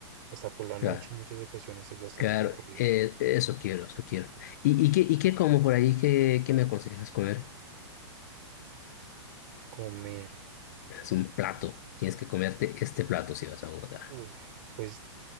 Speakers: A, on the right (about 40°); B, on the left (about 35°).
A: Hasta por la noche
B: Claro,
A: en muchas ocasiones es bastante
B: claro.
A: concurrida.
B: Eh, eso quiero, eso quiero. ¿Y, y qué, y qué como por ahí? ¿Qué, qué me aconsejas comer?
A: Comer,
B: Es un plato. Tienes que comerte este plato si vas a Bogotá.
A: uff, pues,